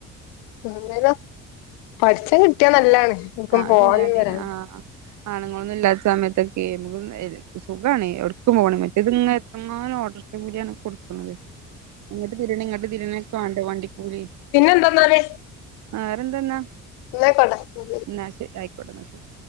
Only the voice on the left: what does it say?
എന്തായലും പഠിച്ചാൻ കിട്ടിയാൽ നല്ലാണ്. എവ്ട്ക്കും
പോവാനും
വരാനും
എന്തന്നാല്.
എന്നായ്ക്കോട്ടെ.